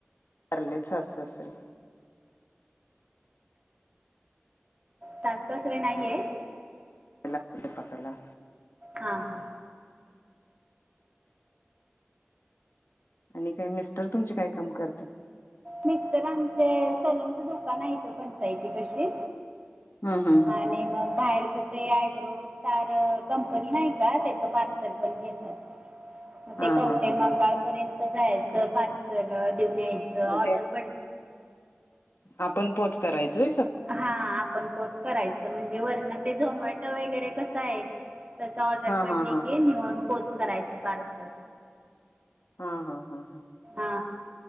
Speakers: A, on the left (about 65°); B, on the right (about 30°).
A: वारलेत सासू सासरे.
B: सासू सासरे नाहीयेत.
A: <unintelligible> त्याला स्वयंपाकाला.
B: हा हा
A: आणि काही मिस्टर तुमचे काय काम करतात.
B: मिस्टर आमचे सलूनचं दुकान आहे त पंचायतीपशी
A: हा हा
B: आणि मग बाहेरच. ते अग्रो स्टार कंपनी नाही का त्याच पार्सल पण घेतात. मग
A: हा
B: ते कवटे
A: हा हा हा
B: महाकाळ पर्यंत जायचं पार्सल देऊन यायचं
A: मग
B: ऑ
A: ते
B: उ पड
A: आपण पोच करायचं
B: हा आपण पोच करायच म्हणजे वरण ते झोमॅटो वगैरे कसं आहे. तसं ऑर्डर
A: हा
B: पडली
A: हा हा
B: की नेऊन पोच करायचे पार्सल.
A: हा हा, हा, हा
B: हा